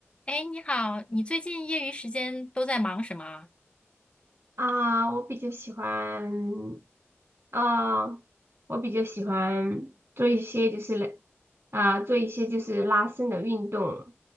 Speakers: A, on the left; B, on the right.
A: 哎，你好，你最近业余时间都在忙什么啊
B: 啊，我比较喜欢，啊，我比较喜欢做一些就是来啊，做一些就是拉伸的运动。